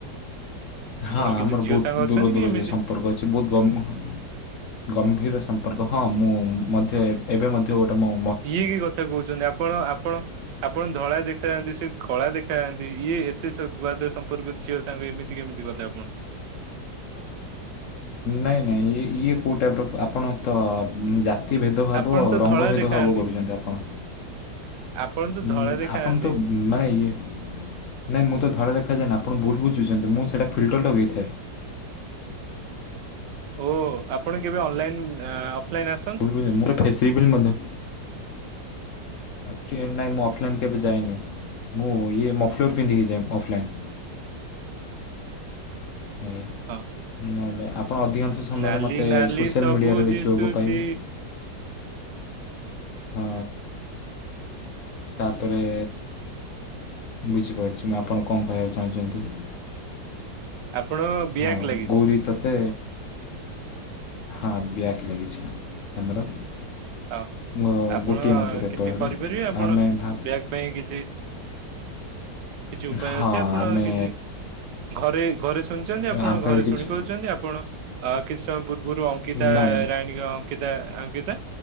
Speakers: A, on the right (about 85°); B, on the left (about 65°).
A: ଆପଣ
B: ହଁ
A: କିଛି
B: ଆମର
A: ଝିଅ
B: ବହୁତ
A: ସାଙ୍ଗ ଅଛନ୍ତି
B: ଦୂର
A: କି
B: ଦୂର
A: ଏମିତି
B: ସମ୍ପର୍କ ଅଛି। ବୋହୁତ ଗମ୍-ଗମ୍ଭୀର ସମ୍ପର୍କ ହଁ ମୁଁ ମଧ୍ୟ ଏ ଏବେ ମଧ୍ୟ ଗୋଟେ ମୁଁ
A: ଇଏ କି କଥା କୋହୁଚନ୍ତି ଆପଣ ଆପଣ ଆପଣ ଧଳା ଦେଖାଯାଆନ୍ତି। ସେ କଳା ଦେଖାାଯାଆନ୍ତି ଇଏ ଏତେ ସର୍ବାଦ ସମ୍ପର୍କ ଝିଅ ତାଙ୍କୁ ଏମିତି କେମିତି କଲେ ଆପଣ?
B: ନାଇଁ ନାଇଁ ଇଏ ଇଏ କୋଉ ଟାଇପର ଆପଣ ତ ଉଁ ଯା ତି ଭେଦଭାବ
A: ଆପଣ ତ
B: ରଙ୍ଗ
A: ଧଳା
B: ଭେଦଭାବ
A: ଦେଖାଯାଆନ୍ତି
B: କରୁଚନ୍ତି ଆପଣ।
A: ଆପଣ ତ
B: ଉଁ
A: ଧଳା ଦେଖାଯାଆନ୍ତି।
B: ଆପଣ ତ ମାନେ ଇଏ ନାଇଁ ମୁଁ ତ ଧଳା ଦେଖାଯାଏନି ଆପଣ ଭୁଲ ବୁଝୁଚନ୍ତି। ମୁଁ ସେଟା ଫିଲ୍ଟର ଲଗେଇଥାଏ।
A: ଓ ଆପଣ କେବେ ଅନଲାଇନ୍ ଅଫଲାଇନ୍ ଆ
B: ବୁଝିପାଇଲେନି <unintelligible> ସେହିପରି ମଧ୍ୟ। ଆ ଠିଆ ନାଇଁ ମୁଁ ଅଫଲାଇନ୍ କେବେ ଯାଇନି। ମୁଁ ଇଏ ମଫଲର୍ ପିନ୍ଧିକି ଯାଏ ଅଫଲାଇନ୍। ଆଜ୍ଞା।
A: ହଁ।
B: ନହେଲେ ଆପଣ ଅଧିକାଂଶ ସମୟରେ
A: ନାଲି
B: ମୋତେ
A: ନାଲି
B: ସୋସିଆଲ
A: ସବୁ
B: ମିଡିଆରେ
A: ଦିଶୁଛି
B: ଦେଖିବାକୁ ପାଇବେ। ହଁ ତାପରେ ବୁଝିପାରୁଚି ମୁଁ ଆପଣ କଣ କହିବାକୁ ଚାହୁଁଚନ୍ତି।
A: ଆପଣ ବ୍ୟାକ୍
B: ହଁ
A: ଲାଗିଛି।
B: ଗୌରି ତତେ ହଁ ବ୍ୟାକ୍ ଲାଗିଚି ଆମର।
A: ହଁ
B: ମୋ
A: ଆପଣ
B: ଗୋଟିଏ ମାତ୍ର ପେପରରେ
A: କିଛି କରିପାରିବେ ଆପଣ
B: ଆମେ ଭା
A: ବ୍ୟାକ୍ ପାଇଁ କିଛି କିଛି ଉପାୟ
B: ହଁ
A: ଅଛି ଆପଣଙ୍କ
B: ଆମେ
A: କିଛି ଘରେ ଘରେ ଶୁଣିଚନ୍ତି ଆପଣ
B: ଆମ ପାଖରେ
A: ଘରେ
B: କିଛି
A: ଶୁଣିପାରୁଚନ୍ତି ଆପଣ? ଆ କିଛି ସମୟ ପୂର୍ବରୁ ଅଙ୍କିତା
B: ନାଇଁ
A: ରାଣୀକ ଅଙ୍କିତା ଅଙ୍କିତା